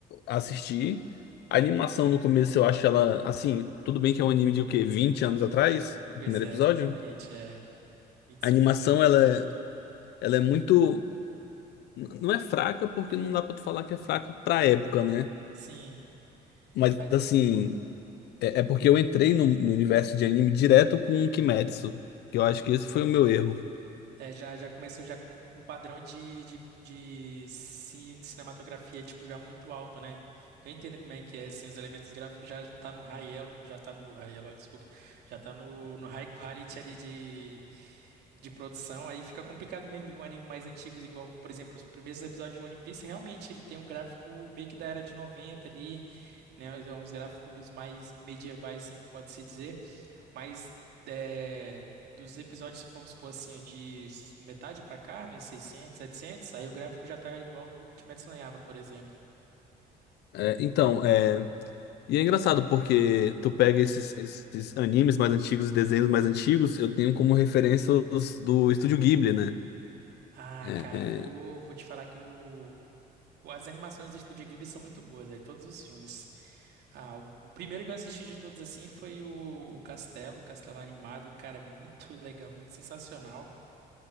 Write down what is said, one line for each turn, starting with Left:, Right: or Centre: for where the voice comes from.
Left: a assistir. A animação no começo eu acho ela assim, tudo bem que é um anime de o quê? vinte anos atrás, o
Right: Pois
Left: primeiro
Right: é,
Left: episódio.
Right: exatamente, é vinte e
Left: A
Right: cinco
Left: animação
Right: anos,
Left: ela
Right: mano.
Left: é, ela é muito n- não é fraca porque não dá pra tu falar que é fraca pra época, né?
Right: Sim.
Left: Mas
Right: Mas-
Left: assim, é, é porque eu entrei no, no universo de anime direto com o Kimetsu, que eu acho que esse foi o meu erro.
Right: É, já, já começou já com um padrão de, de, de ci- cinematografia, tipo, já muito alto, né? Eu entendo como é que é, assim, os elementos gráficos já tá no high elo, já tá no high elo, desculpa, já tá no, no high quality ali de, de produção, aí fica complicado mesmo ver um anime mais antigo, igual, por exemplo, os primeiros episódios de One Piece, realmente ele tem um gráfico meio que da era de 90 ali, né? Uns gráficos mais medievais, assim, que pode-se dizer. Mas é, dos episódios, vamos supor assim, é de s- metade pra cá, né? 600, 700, aí o gráfico já tá igual do Kimetsu no Yaiba, por exemplo.
Left: É, então, é, e é engraçado porque tu pega esses, esses animes mais antigos e desenhos mais antigos, eu tenho como referência os do Estúdio Ghibli, né?
Right: Ah,
Left: É,
Right: cara, pô, vou te falar que o, o- as animações do Estúdio Ghibli são muito boas, aí todos os filmes. Ah, o, o primeiro que eu assisti de todos assim foi o, o Castelo, Castelo Animado, cara, muito legal, muito sensacional.